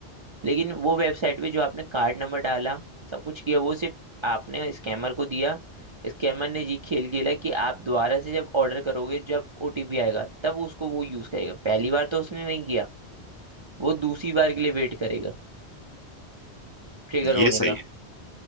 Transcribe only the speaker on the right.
लेकिन वो वेबसाइट पे जो आपने कार्ड नंबर डाला सब कुछ किया वो सिर्फ आपने स्कैमर को दिया स्कैमर ने ये खेल खेला कि आप दोबारा से जब ऑर्डर करोगे जब ओटीपी आएगा तब उसको वो यूज करेगा पहली बार तो उसने नहीं किया वो दूसरी बार के लिए वेट करेगा ट्रिगर होने
का